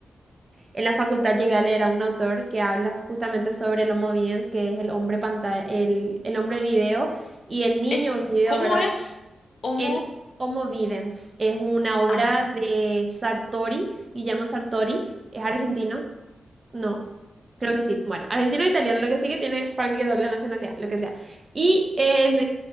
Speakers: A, on the right; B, on the left.
A: en la facultad llegué a leer a un autor que habla justamente sobre el Homo videns, que es el hombre pantalla, el, el hombre video y el niño
B: Eh,
A: video,
B: ¿Cómo
A: ¿verdad?
B: es? ¿Cómo?
A: El Homo videns es una obra
B: Ah,
A: de Sartori, Guillermo Sartori, es argentino, no, creo que sí, bueno, argentino o italiano, lo que sí que tiene para mí que doble nacionalidad, lo que sea. Y en